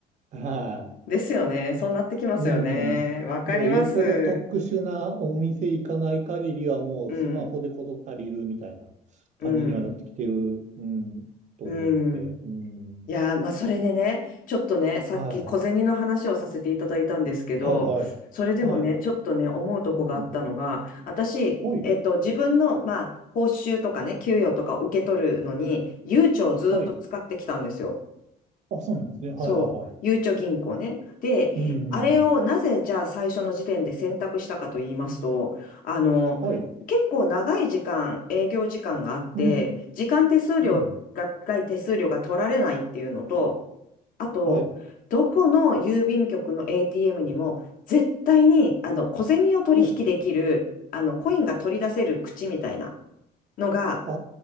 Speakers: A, on the right; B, on the left.
A: う。はい。
B: ですよね。そうなってきますよね。
A: うん。
B: わかります。
A: もうよっぽど特殊なお店行かない限りはもうスマホで事足りるみたいな感じにはなってきてる、
B: うん、うん、
A: うん、と思うので、
B: うん。
A: うん。
B: いやー、まあ、それでね、ちょっとね、さっき小銭の話をさせていただいたんですけど、
A: はい。はい、はい。
B: それでもね、
A: はい。
B: ちょっとね、思うとこがあったのが、
A: うん。
B: 私、
A: はい。
B: えっと、自分の、まあ、報酬とかね、給与とかを受け取るのに、ゆうちょをずーっと使ってきたんですよ。
A: はい。あ、そうなんですね。はい、
B: そう。
A: はい、はい。
B: ゆうちょ銀行ね。で、
A: うん。
B: あれをなぜ、じゃあ最初の時点で選択したかと言いますと、あの、
A: はい。
B: 結構長い時間、営業時間があって、
A: うん。
B: 時間手数料が、
A: うん。
B: 外手数料が取られないっていうのと、あと、
A: はい。
B: どこの郵便局の ATM にも、絶対に、あの、小銭を取引できる、
A: はい。
B: あの、コインが取り出せる口みたいなのが、
A: あ